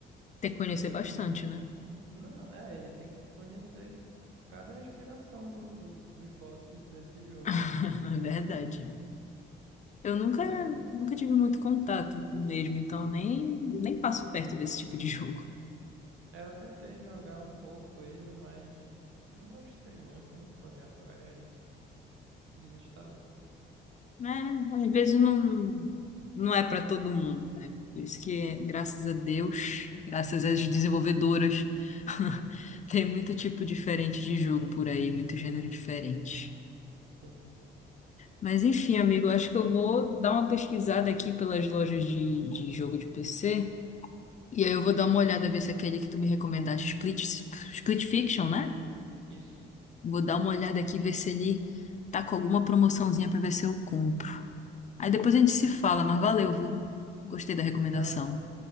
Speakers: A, on the left; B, on the right.
A: Tem que conhecer bastante, né?
B: Não, é, ele tem que conhecer cada respiração do, do- dos bosses desse jogo.
A: <laughs> É verdade. Eu nunca,
B: Pra-
A: nunca tive muito contato mesmo, então nem, nem passo perto desse tipo de <laughs> jogo.
B: É, eu tentei jogar um pouco ele, mas não gostei muito, não foi minha praia e desinstalei.
A: É, às vezes não, não é para todo mundo, né? Por isso que, graças a Deus, graças às desenvolvedoras, <laughs> tem muito tipo diferente de jogo por aí, muito gênero diferente.
B: Sim.
A: Mas enfim, amigo, eu acho que eu vou dar uma pesquisada aqui pelas lojas de, de jogo de PC. E aí eu vou dar
B: Uhum.
A: uma olhada, ver se é aquele que tu me recomendaste, Split, Split Fiction, né?
B: Isso,
A: Vou dar uma olhada aqui, ver se ele tá com alguma promoçãozinha pra ver se eu compro. Aí
B: beleza.
A: depois a gente se fala, mas valeu, viu? Gostei da recomendação.
B: De nada,